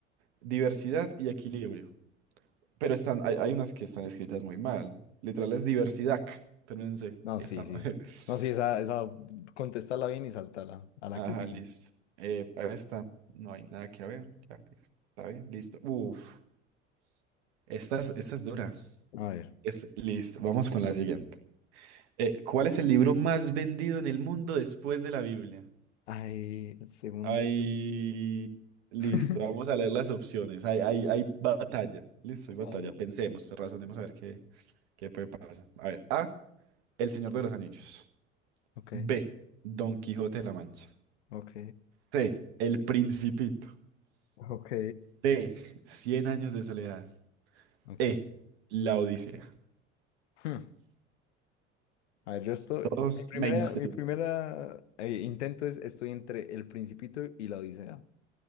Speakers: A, on the right (about 60°); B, on the left (about 65°).
A: diversidad y equilibrio. Pero están, hay, hay unas que están escritas muy mal. Literal es diversidad. Termínense.
B: No,
A: Esa
B: sí, sí.
A: no. <laughs>
B: No, sí, esa, esa, contestala bien y saltala a la
A: Ajá,
B: que sigue.
A: listo. Eh, para esta no hay nada que ver. Ya, está bien, listo. Uf, esta es, esta es dura.
B: A ver.
A: Es listo. Vamos con la siguiente. Eh, ¿cuál es el libro más vendido en el mundo después de la Biblia?
B: Ay, el segundo.
A: Ahí, listo,
B: <laughs>
A: vamos a leer las opciones. Hay, hay, hay batalla, listo,
B: Wow.
A: hay batalla. Pensemos, razonemos a ver qué, qué puede pasar. A ver, A, El Señor de los Anillos.
B: Ok,
A: B, Don Quijote de la Mancha.
B: ok.
A: C, El Principito.
B: Ok,
A: D, Cien años de soledad.
B: Ok.
A: E, La Odisea.
B: Hmm. A ver, yo estoy.
A: Todos
B: Mi primera,
A: mainstream.
B: mi primera eh, intento es: estoy entre El Principito y La Odisea.